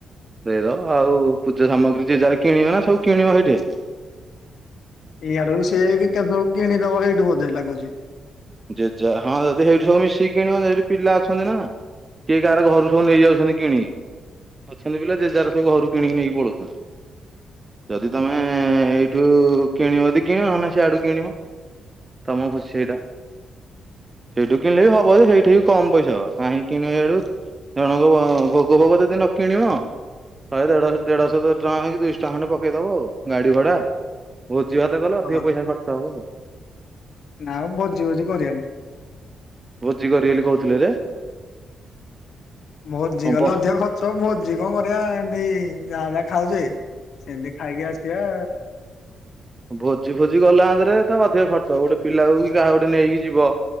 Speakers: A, on the right; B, on the left.
A: ଦେଇ ଦବ ଆଉ ସେ ଆଉ ପୂଜା ସାମଗ୍ରୀ ଜି ଯାର କିଣିବ ନା ସବୁ କିଣିବ ସେଇଠି।
B: ଇଆଡୁ ସେ ବିକାଶ ବାବୁ କିଣିଦବ ଏଇଠୁ ବୋଧେ ଲାଗୁଛି।
A: ଜେଜ, ହଁ, ଯଦି ସେଇଠି ସବୁ ମିଶିକି କିଣିବ ସେଇଠି ପିଲା ଅଛନ୍ତି ନା କିଏ କାହାର ଘରୁ ସବୁ ନେଇଯାଉଛନ୍ତି କିଣିକି। ଅଛନ୍ତି ପିଲା ଯେ ଯାର ସବୁ ଘରୁ କିଣିକି ନେଇକି ପଳଉଛନ୍ତି। ଯଦି ତମେ ଏଇଠୁ କିଣିବ ଯଦି କିଣ ନ ହେଲେ ନାଇଁ ସିଆଡ଼ୁ କିଣିବ। ତମ ଭୁସେଇଟା। ସେଇଠୁ କିଣିଲେ ବି ହବ, ସେଇଠି ବି କମ୍ ପଇସା ହବ କାହିଁ କିଣିବ ଆଡୁ। ଜଣଙ୍କ ଭୋଗ ଫୋଗ ଯଦି ନ କିଣିବ ଶହେ ଦେଢଶହ ଦେଢଶହ ଟଙ୍କା କି ଦୁଇଶ ଟଙ୍କା ଖଣ୍ଡେ ପକେଇଦବ ଆଉ ଗାଡି ଭଡା। ଭୋଜି, ଭାତ କଲେ ଅଧିକ
B: ହଁ।
A: ପଇସା ଖର୍ଚ୍ଚ ହେବ ଆଉ।
B: ନା ଆଉ ଭୋଜି ଫୋଜି କରିବନି।
A: ଭୋଜି କରିବେ ବୋଲି କହୁଥିଲେ ଯେ।
B: ଭୋଜି
A: ହବ।
B: କଲେ ଅଧିକ ଖର୍ଚ୍ଚ। ସବୁ ଭୋଜି କଣ କରିବା ଆ ଏମିତି ଯାହା ଯାହା ଖାଉଛେ ସେମତି ଖାଇକି ଆସିବା।
A: ଭୋଜି ଫୋଜି ଗଲା ତରେ ତ ଅଧିକ ଖର୍ଚ୍ଚ ଗୋଟେ ପିଲାକୁ କାହାକୁ ଗୋଟେ ନେଇକି ଯିବ।